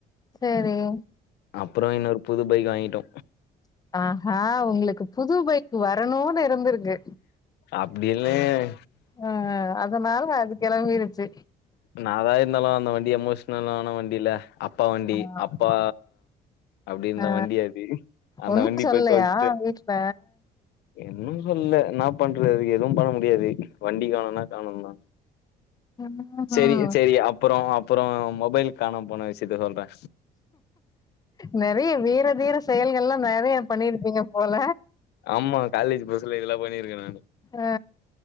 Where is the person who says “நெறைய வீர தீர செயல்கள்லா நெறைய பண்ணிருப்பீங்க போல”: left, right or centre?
Left